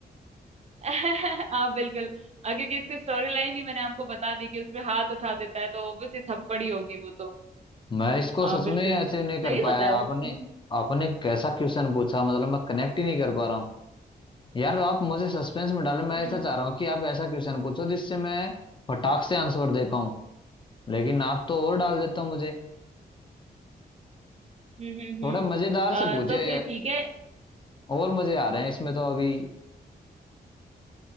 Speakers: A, on the right; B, on the left.
A: <laughs> आप बिल्कुल अ, क्योंकि इसकी स्टोरी लाइन ही मैंने आपको बता दी कि उसमें हाथ उठा देता है तो ऑब्वियसली थप्पड़ ही होगी वो तो
B: मैं इसको
A: अ,
B: सच
A: बिल्कुल
B: में ऐसे नहीं कर
A: सही
B: पाया
A: बताया
B: आपने
A: वैसे तुमने
B: आपने कैसा क्वेश्चन पूछा मतलब मैं कनेक्ट ही नहीं कर पा रहा हूँ यार आप मुझे सस्पेंस में डालें मैं
A: हम्म
B: ऐसा चाह रहा हूँ कि आप ऐसा क्वेश्चन पूछो जिससे मैं फटाक से आंसर दे पाऊँ लेकिन आप तो और डाल देते हो मुझे
A: हम्म हम्म
B: थोड़ा
A: हम्म।
B: मजेदार से पूछे
A: अ, तो फिर ठीक है
B: और मजे आ रहे हैं इसमें तो अभी